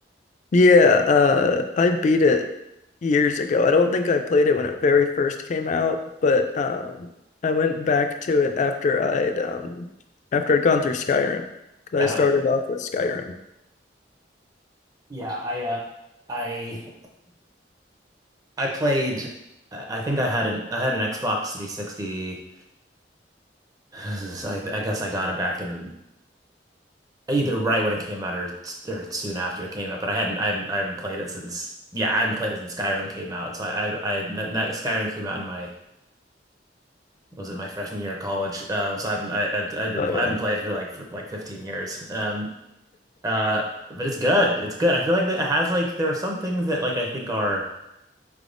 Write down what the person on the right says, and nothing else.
yeah.
Uh-huh.
Yeah, I uh I <clears throat> I played. I I think I had an I had an Xbox 360. This is- <sighs> I, I guess I got it back in either right when it came out or or soon after it came out. But I hadn't I haven't I haven't played it since yeah I haven't played it since Skyrim came out. So I I, I that, that Skyrim came out in my was it my freshman year of college? Um, so I haven't I, I, I didn't
I
haven't played for like for like 15 years. Um, uh, but it's good. It's good. I feel like that it has like there are some things that like I think are